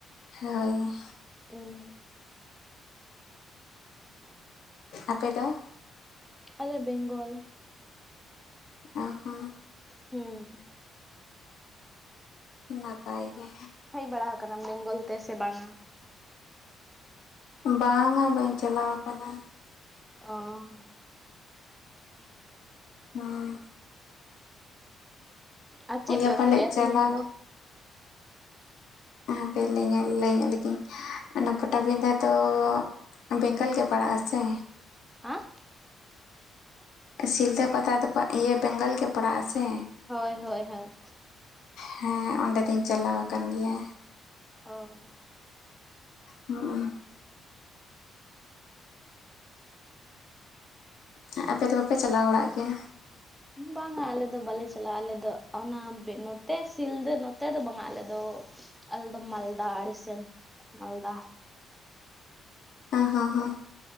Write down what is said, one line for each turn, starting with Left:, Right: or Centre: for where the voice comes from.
Left: ᱦᱳᱭ
Centre: ᱩᱸ <inaudible>
Left: ᱟᱯᱮ ᱫᱚ?
Centre: ᱟᱞᱮ ᱵᱮᱝᱜᱚᱞ᱾
Left: ᱚ ᱦᱚ᱾
Centre: ᱦᱩᱸ᱾
Left: ᱱᱟᱯᱟᱭ ᱜᱮ᱾
Centre: ᱦᱮᱡ ᱵᱟᱲᱟᱣ ᱟᱠᱟᱱᱟᱢ ᱵᱮᱝᱜᱚᱞ ᱛᱮᱥᱮ ᱵᱟᱝᱟ?
Left: ᱵᱟᱝᱟ ᱵᱟᱹᱧ ᱪᱟᱞᱟᱣ ᱟᱠᱟᱱᱟ᱾
Centre: ᱚ
Left: ᱦᱩᱸ᱾
Centre: ᱟᱨ ᱪᱮᱫ
Left: ᱤᱭᱟᱹ
Centre: ᱯᱮ
Left: ᱯᱟᱞᱮᱫ
Centre: ᱩᱛᱩ ᱞᱮᱫᱟ
Left: ᱪᱟᱞᱟᱣ
Centre: ᱛᱮᱦᱮᱧ ᱫᱚ?
Left: ᱦᱟᱯᱮ ᱞᱟᱹᱭ ᱞᱟᱹᱭ ᱧᱚᱜ ᱞᱮᱜᱤᱧ ᱚᱱᱟ ᱯᱚᱴᱟᱵᱤᱰᱟᱹ ᱫᱚ ᱵᱮᱝᱜᱚᱞ ᱜᱮ ᱯᱟᱲᱟᱜᱼᱟ ᱥᱮ?
Centre: ᱦᱟᱸ
Left: ᱥᱤᱞᱫᱟᱹ ᱯᱟᱛᱟ ᱫᱚ ᱤᱭᱟᱹ ᱵᱮᱝᱜᱚᱞ ᱜᱮ ᱯᱟᱲᱟᱜ-ᱟ ᱥᱮ?
Centre: ᱦᱳᱭ ᱦᱳᱭ ᱦᱳᱭ᱾
Left: ᱦᱮᱸ ᱚᱸᱰᱮ ᱫᱚᱧ ᱪᱟᱞᱟᱣ ᱟᱠᱟᱱ ᱜᱮᱭᱟ᱾
Centre: ᱚ᱾
Left: ᱦᱩᱸ᱾ ᱦᱮᱸ ᱟᱯᱮ ᱫᱚ ᱵᱟᱯᱮ ᱪᱟᱞᱟᱣ ᱵᱟᱲᱟᱜ ᱜᱮᱭᱟ?
Centre: ᱵᱟᱝᱟ ᱟᱞᱮ ᱫᱚ ᱵᱟᱞᱮ ᱪᱟᱞᱟᱜᱼᱟ᱾ ᱟᱞᱮ ᱫᱚ ᱚᱱᱟ ᱱᱚᱛᱮ ᱥᱤᱞᱫᱟᱹ ᱱᱚᱛᱮ ᱫᱚ ᱵᱟᱝᱟ ᱟᱞᱮ ᱫᱚ᱾ ᱟᱞᱮ ᱫᱚ ᱢᱟᱞᱫᱟ ᱟᱲᱮᱥᱮᱱ ᱢᱟᱞᱫᱟ᱾
Left: ᱚ ᱦᱚᱸ